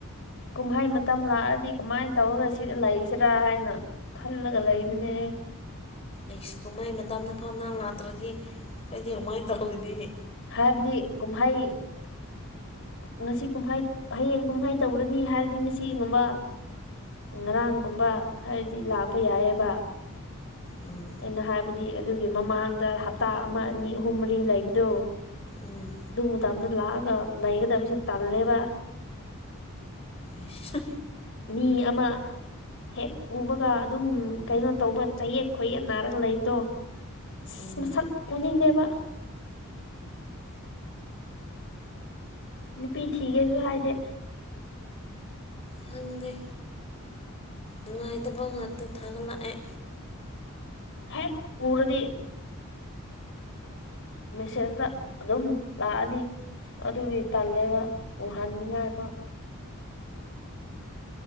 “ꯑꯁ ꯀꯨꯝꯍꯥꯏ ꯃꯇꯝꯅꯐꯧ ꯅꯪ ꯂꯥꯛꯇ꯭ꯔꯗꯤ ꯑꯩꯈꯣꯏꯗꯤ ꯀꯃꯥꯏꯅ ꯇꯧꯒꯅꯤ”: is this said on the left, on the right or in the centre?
Left